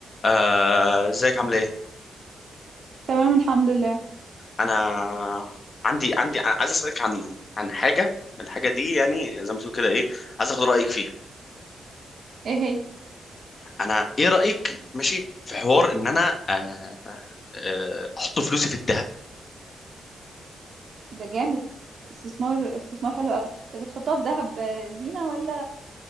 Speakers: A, on the left; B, on the right.
A: آه، ازيك عامل ايه
B: تمام الحمد لله
A: انا عندي عندي عايز اسالك عن عن حاجه من الحاجه دي يعني زي ما تقول كده ايه عايز اخد رايك فيها
B: ايه هي
A: انا ايه رايك ماشي في حوار ان انا آه، آه، احط فلوسي في الذهب
B: ده جامد استثمار استثمار حلو قوي بس تحطها في ذهب آه، زينة ولا